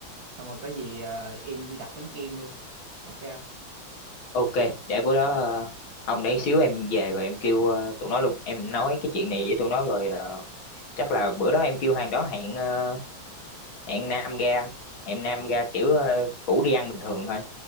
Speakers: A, on the right; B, on the left.
A: xong rồi có gì ờ, em đi đặt bánh kem luôn ok không
B: ok để bữa đó ờ, Hồng để xíu em về rồi em kêu ờ, tụi nó luôn em nói cái chuyện này với tụi nó rồi ờ, chắc là bữa đó em kêu hàng đó hẹn ờ, hẹn Nam ra hẹn Nam ra kiểu ờ, cũ đi ăn bình thường thôi